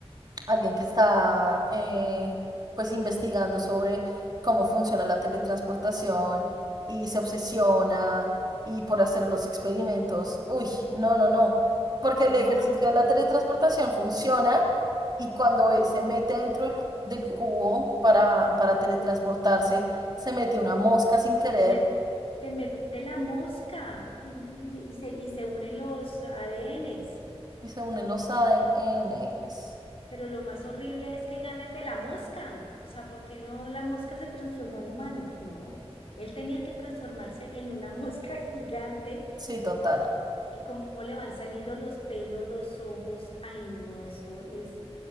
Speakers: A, on the right; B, on the left.
A: alguien que está eh, pues investigando sobre cómo funciona la teletransportación y se obsesiona y por hacer los experimentos. Uy, no, no, no, porque el
B: ¿no?
A: ejercicio
B: Ama-
A: de la teletransportación funciona y cuando él se mete dentro del, del cubo para, para teletransportarse, se mete una mosca sin querer
B: mete- te mete la mosca, ay, no, Y, y se, y se unen los ADNs,
A: y se unen los ADNs.
B: pero lo más horrible es que gana el de la mosca, o sea, ¿por qué no la mosca se transformó en humano? No, él tenía que transformarse en una mosca <laughs> gigante
A: Sí, total.
B: Y cómo le van saliendo los pelos, los ojos. Ay, no, eso es, o